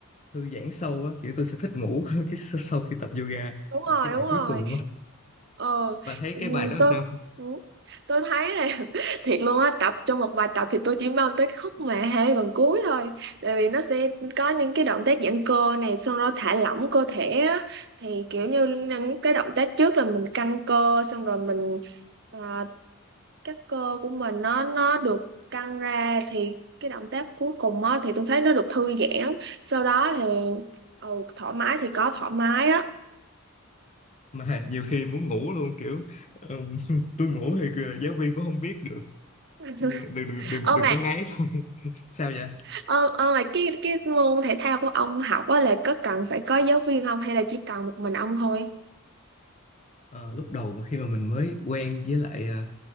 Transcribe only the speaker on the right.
đúng rồi
đúng
rồi
ờ
ừ,
tôi
ừ. tôi thấy là <laughs> thiệt luôn á tập trong một bài tập thì tôi chỉ mong tới cái khúc mà hay gần cuối thôi tại vì nó sẽ có những cái động tác giãn cơ này xong rồi thả lỏng cơ thể á thì kiểu như những cái động tác trước là mình căng cơ xong rồi mình à, các cơ của mình nó nó được căng ra thì cái động tác cuối cùng á thì tôi thấy nó được thư giãn sau đó thì ừ, thoải mái thì có thoải mái á
<laughs>
Ơ
mà
Ờ, ờ, mà cái cái môn thể thao của ông học á là có cần phải có giáo viên không hay là chỉ cần một mình ông thôi?